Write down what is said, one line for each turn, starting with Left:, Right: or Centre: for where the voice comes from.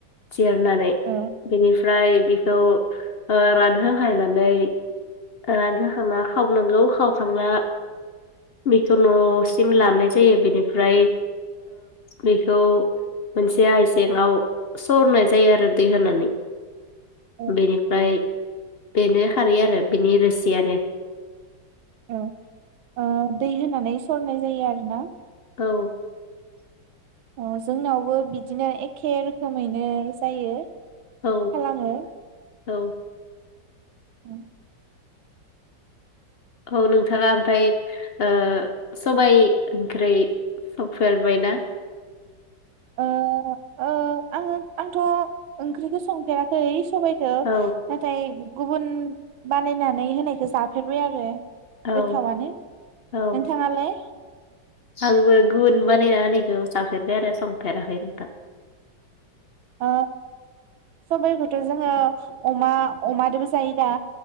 Left: जिरनानै
Right: ओ
Left: बेनिफ्राय खौ रानहोखांनानै रानहोखांना खावनांगौ खावखांना बेखौ न'सिम लाबोनाय जायो बेनिफ्राय बेखौ मोनसे आइजेङाव सरनाय जायो आरो दै होनानै।
Right: औ
Left: बेनिफ्राय बेनो खारै आरो बिनि रोसियानो।
Right: औ ओ दै होनानै सरनाय जायो आरो ना।
Left: औ
Right: अ जोंनावबो बिदिनो एखे रोखोमैनो जायो। खालामो
Left: औ औ
Right: <unintelligible>
Left: औ नोंथाङा ओमफ्राय ओ सबाय ओंख्रि संफेरबायना?
Right: ओ ओ आङो आंथ' ओंख्रिखौ संफेराखै सबायखो
Left: औ
Right: नाथाय गुबुन बानायनानै होनायखौ जाफेरबाय आरो
Left: औ
Right: गोथावनो नोंथाङालाय?
Left: औ आंबो गुबुन बानायना होनायखौ जाफेरबाय आरो स फेराखै नोंथां।
Right: ओ सबाइखौथ' जोङो अमा अमादोंबो जायो दा?